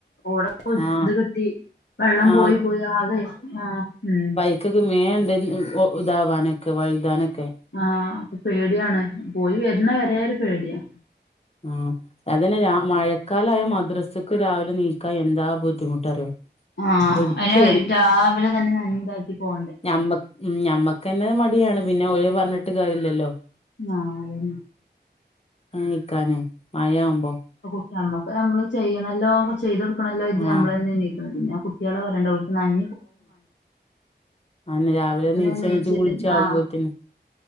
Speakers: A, on the left; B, on the left.
A: റോടൊക്കെ
B: ആ
A: ഇത് കെട്ടി വെള്ളം
B: ആ
A: പോയി പോയി ആകെ ആഹ് ഉം
B: ക്കൊക്കെ മേം ഇണ്ട് ഇതാവാനൊക്കെ വഴുതാനൊക്കെ
A: ആഹ് അപ്പം പേടിയാണ് പോയി വര്ണ വരേ ഒരു പേടിയാ
B: ആഹ് അതന്നെ മഴക്കാലായ മദ്രസക്ക് രാവിലെ നീക്കാൻ എന്താ ബുദ്ധിമുട്ടറിയോ
A: ആഹ്
B: പിടിച്ച്
A: അയ്ൻ രാവിലെ തന്നെ ഞൻ ഇതാക്കി പോണ്ടേ
B: മ്മക്ക് ഉം ഞമ്മക്കന്നെ മടിയാണ് പിന്നെ ഓലെ പറഞ്ഞിട്ട് കാര്യല്ലല്ലോ
A: ആഹ് അതന്നെ
B: ആഹ് നിക്കാനേ മഴയാവുമ്പോ
A: കുട്ടി നമ്മുക്ക് നമ്മള് ചെയ്യണല്ലോ ചെയ്ത കൊടുക്കണമല്ലോ എന്ന്
B: ആ
A: കരുതി നമ്മളന്നെണീക്കണത് പിന്നെ കുട്ടികള പറയണ്ട ഓൽക്കെന്നാല്
B: അയന്നെ രാവിലെ എണീച്ചണീച്ച്
A: എണീച്ച്
B: കുളിച്ചാകുമ്പോത്തിന്
A: ആ